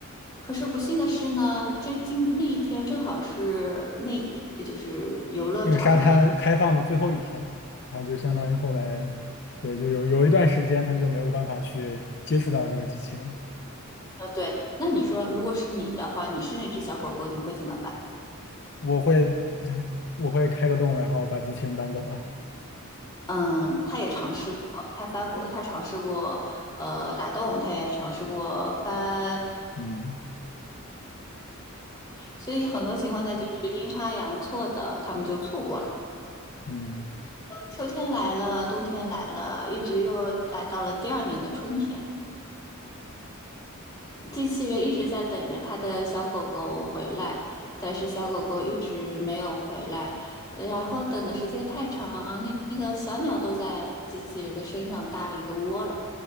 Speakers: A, on the left (about 20°); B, on the left (about 55°).
A: 可是不幸的是呢，这今那一天正好是那就是游乐场的。
B: 那个沙滩开放的最后一天，他就相当于后来，对，就有有一段时间他就没有办法去接触到这个机器人。
A: 呃，对，那你说，如果是你的话，你是那只小狗狗，你会怎么办？
B: 我会 <laughs> 我会开个洞，然后把机器人搬走啊。
A: 嗯，它也尝试过，它翻过，它尝试过，呃，打洞，它也尝试过翻，
B: 嗯
A: 所以很多情况下就是阴差阳错的，他们就错过了。
B: 嗯
A: 秋天来了，冬天来了，一直又来到了第二年的春天。机器人一直在等着他的小狗狗回来，但是小狗狗一直没有回来。然后等的时间太长，那那个小鸟都在机器人的身上搭了一个窝了。